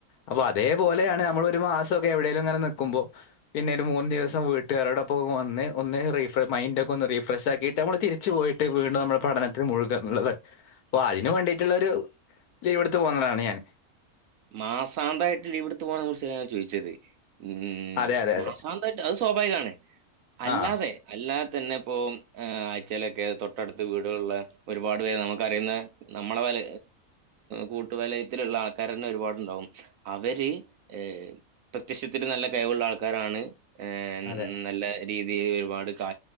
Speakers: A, on the left; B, on the right.
A: അപ്പൊ അതേപോലെയാണ് നമ്മൾ ഒരു മാസൊക്കെ എവിടെലും ഇങ്ങനെ നിക്കുമ്പോ പിന്നെ ഒരു മൂന്ന്ദിവസം വീട്ടുകാരോടൊപ്പം വന്ന് ഒന്ന് റീഫ മൈൻഡ ഒക്ക ഒന്ന് റീഫ്രഷക്കിട്ട് നമ്മള്തിരിച്ച് പോയിട്ട് വീണ്ടും നമ്മള് പഠനത്തിന് മുഴുകന്ന്ള്ളത് പ്പാ അയ്ന് വേണ്ടിട്ടുള്ളോരു ലീവ്ടുത്ത് പോന്നതാണ് ഞാൻ
B: മാസാന്തായിട്ട് ലീവ്ടുത്ത് പോകണ <unintelligible> ചോദിച്ചത് ഉം
A: അതെ അതെ അതെ
B: മാസാന്തായിട്ട് അത് സ്വാഭാവികാണ് അല്ലാതെ
A: ആ
B: അല്ലാതെ തന്നെ ഇപ്പ ആഴ്ചയിലൊക്കെ തൊട്ടടുത്ത് വീടുകളുള്ള ഒരുപാട് പേര് നമുക്കറിയുന്ന നമ്മളെ വല കൂട്ടു വലയത്തിലുള്ള ആൾക്കാ ഒരുപാടുണ്ടാവും അവര് എഹ് പ്രത്യക്ഷത്തില് നല്ല കഴിവുള്ള ആൾക്കാരാണ് ഏഹ്
A: അതെ
B: നല്ല രീതിയിൽ ഒരുപാട് കാ